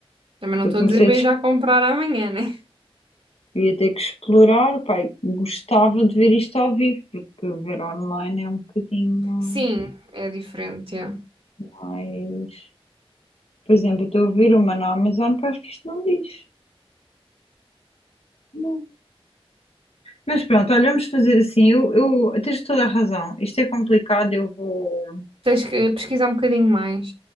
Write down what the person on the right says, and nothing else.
também não
estou
a dizer para
ir já comprar amanhã, né?
Sim, é diferente, é.
Tens que pesquisar um bocadinho mais.